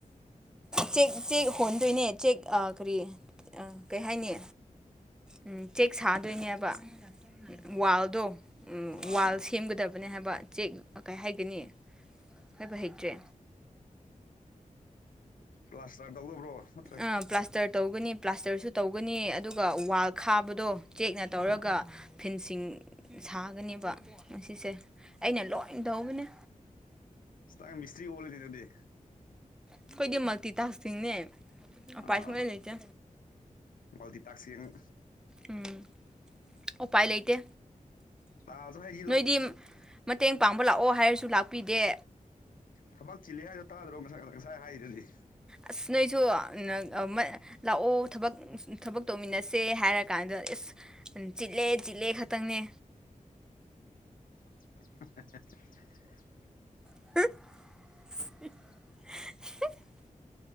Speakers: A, in the centre; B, on the left.
A: ꯆꯦꯛ ꯆꯦꯛ ꯍꯣꯟꯗꯣꯏꯅꯦ ꯆꯦꯛ ꯀꯔꯤ ꯀꯩ ꯍꯥꯏꯅꯤ ꯎꯝ ꯆꯦꯛ ꯁꯥꯗꯣꯏꯅꯦꯕ ꯋꯥꯜꯗꯣ
B: ꯑꯥ
A: ꯋꯥꯜ ꯁꯦꯝꯒꯗꯕꯅꯦ ꯍꯥꯏꯕ ꯆꯦꯛ ꯀꯥꯏ ꯍꯩꯒꯅꯤ ꯍꯥꯏꯕ ꯍꯩꯇ꯭ꯔꯦ
B: ꯄ꯭ꯂꯥꯁꯇꯔ ꯇꯧꯗꯕ꯭ꯔꯣ ꯅꯠꯇ꯭ꯔ
A: ꯑ ꯄ꯭ꯂꯥꯁꯇꯔ ꯇꯧꯒꯅꯤ ꯄ꯭ꯂꯥꯁꯇꯔꯁꯨ ꯇꯧꯒꯅꯤ ꯑꯗꯨꯒ ꯋꯥꯜ ꯈꯥꯕꯗꯣ ꯆꯦꯛꯅ ꯇꯧꯔꯒ
B: ꯑꯥ
A: ꯐꯦꯟꯁꯤꯡ ꯁꯥꯒꯅꯦꯕ ꯉꯁꯤꯁꯦ ꯑꯩꯅ ꯂꯣꯏ ꯇꯧꯕꯅꯦ
B: ꯏꯁ ꯅꯪ ꯃꯤꯁꯇ꯭ꯔꯤ ꯑꫭꯜꯂꯦꯅꯦ ꯑꯗꯨꯗꯤ
A: ꯑꯩꯈꯣꯏꯗꯤ ꯃꯜꯇꯤ ꯇꯥꯛꯁꯅꯤꯅꯦ ꯎꯄꯥꯏ
B: ꯑꯥ
A: ꯁꯨꯝꯂꯩ ꯂꯩꯇꯦ
B: ꯃꯜꯇꯤ ꯇꯥꯛꯁꯀꯤꯡ
A: ꯎꯝ ꯎꯄꯥꯏ ꯂꯩꯇꯦ
B: <inaudible> ꯇꯥꯖ ꯍꫭꯏ
A: ꯅꯣꯏꯗꯤ ꯃꯇꯦꯡ ꯄꯥꯡꯕ ꯂꯥꯛꯑꯣ ꯍꯥꯏꯔꯁꯨ ꯂꯥꯛꯄꯤꯗꯦ
B: ꯊꯕꯛ ꯆꯤꯜꯂꯦ ꯍꯥꯏꯗꯣ ꯇꯥꯗ꯭ꯔꯣ ꯉꯁꯥꯏ ꯉꯁꯥꯏ ꯍꯥꯏꯔꯤꯗꯨꯗꯤ
A: ꯑꯁ ꯅꯣꯏꯁꯨ <unintelligible> ꯂꯥꯛꯑꯣ ꯊꯕꯛ ꯊꯕꯛ ꯇꯧꯃꯤꯟꯅꯁꯦ ꯍꯥꯏꯔ ꯀꯥꯟꯗ ꯏꯁ ꯆꯤꯜꯂꯦ ꯆꯤꯜꯂꯦ ꯈꯛꯇꯪꯅꯦ
B: <unintelligible>
A: <inaudible>